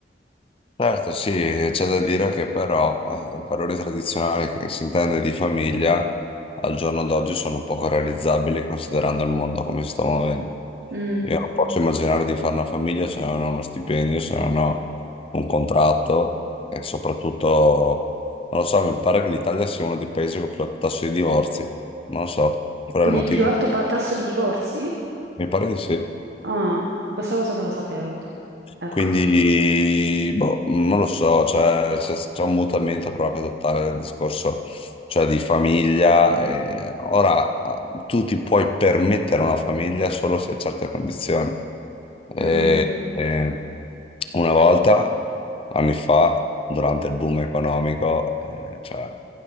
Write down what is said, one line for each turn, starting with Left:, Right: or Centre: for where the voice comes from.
Left: Certo, sì, c'è da dire che però eh, i valori tradizionali che si intende di famiglia al giorno d'oggi sono poco realizzabili considerando il mondo come si sta muovendo.
Right: Mm.
Left: Io non posso immaginare di fare una famiglia se non ho uno stipendio, se non ho un contratto e soprattutto, non lo so, mi pare che l'Italia sia uno dei paesi con più alto tasso di divorzi. Non lo so, qual
Right: Con
Left: è il motivo?
Right: il più alto pa- tasso di divorzi?
Left: Mi pare di sì.
Right: Ah, questa cosa non la sapevo. Ecco.
Left: Quindi, boh, non lo so, cioè, c'è c'è un mutamento proprio totale del discorso, cioè di famiglia. e ora ah, tu ti puoi permettere una famiglia solo se hai certe condizioni. E-
Right: Mm,
Left: e una volta, anni fa, durante il boom economico, eh, cioè,